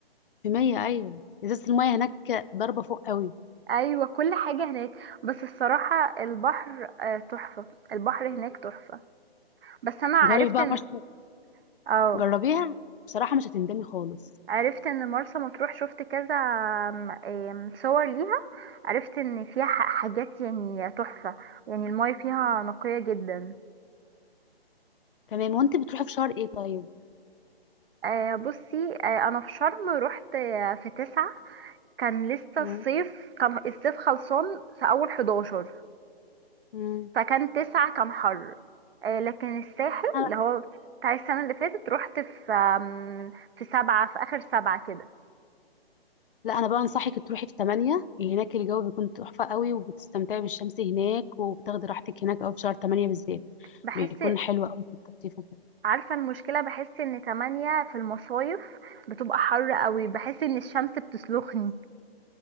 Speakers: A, on the left; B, on the right.
A: في مية أيوة إزازة المية هناك ضربة فوق قوي
B: ايوه كل حاجة هناك بس الصراحة البحر آه، تحفة البحر هناك تحفة بس انا عرفت
A: جربي بقى
B: ان
A: مرسى
B: اه
A: جربيها بصراحة مش هتندمي خالص
B: عرفت ان مرسى مطروح شفت كذا آم، آم، صور ليها عرفت ان فيها ح- حاجات يعني تحفة يعني المايه فيها نقية جدا
A: تمام وانت بتروحي في شهر ايه طيب
B: آه بصي آه انا في شرم رحت آه في تسعة كان لسه
A: مم.
B: الصيف كان الصيف خلصان في اول 11
A: مم.
B: فكان تسعة كان حر آه لكن الساحل
A: أنا-
B: اللي هو بتاع السنة اللي فاتت رحت في آم، في سبعة في اخر سبعة كده
A: لا أنا بقى أنصحك تروحي في تمانية هناك الجو بيكون تحفة قوي وبتستمتعي بالشمس هناك وبتاخدي راحتك هناك أوي في شهر تمانية بالذات
B: بحس
A: بيكون حلو قوي في التخطيف وكده
B: عارفة المشكلة بحس ان تمانية في المصايف بتبقى حر قوي بحس ان الشمس بتسلخني